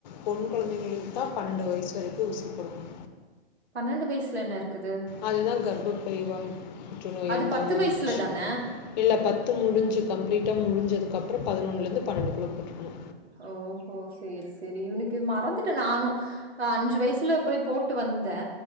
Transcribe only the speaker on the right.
பன்னெண்டு வயசுல என்ன இருக்குது
அது
வயசுல
தான?
ஓஹோ சேரி சேரி இவனுக்கு மறந்துட்டே நானு அஞ்சு வயசுல போய் போட்டு வந்தே